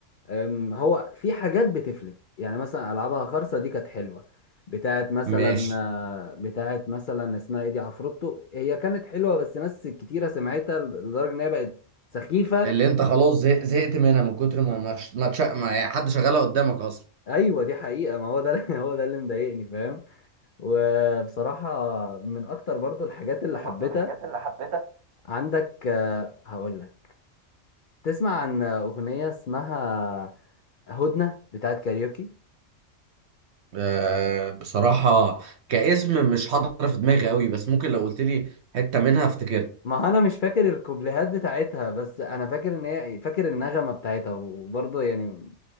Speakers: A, on the left; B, on the right.
A: أم، هو في حاجات بتفلت يعني مثلا العابها خرصه دي كانت حلوه بتاعت مثلا
B: ماشي
A: آه، بتاعت مثلا اسمها ايه دي عفروتو هي كانت حلوه بس ناس كتيره سمعتها لدرجه ان هي بقت سخيفه
B: اللي انت خلاص زه- زهقت منها من كتر ما ما ما تش- ما يعني حد شغالها قدامك اصلا
A: ايوه دي حقيقه ما هو ده <laughs> اللي- هو ده اللي مضايقني فاهم وبصراحه من اكتر برضو الحاجات اللي
B: اكتر
A: حبيتها
B: برضه الحاجات اللي حبيتها
A: عندك هقول لك تسمع عن اغنيه اسمها هدنة بتاعت كاريوكي
B: آه، بصراحة كاسم مش حاضر في دماغي قوي بس ممكن لو قلت لي حتة منها افتكرها
A: ما انا مش فاكر الكوبليهات بتاعتها بس انا فاكر ان هي إيه، فاكر النغمة بتاعتها وبرضه يعني